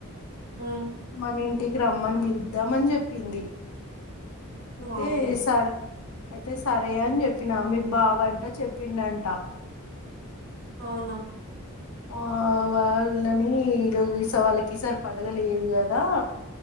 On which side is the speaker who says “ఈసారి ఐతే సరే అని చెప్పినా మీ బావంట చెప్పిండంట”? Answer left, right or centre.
Left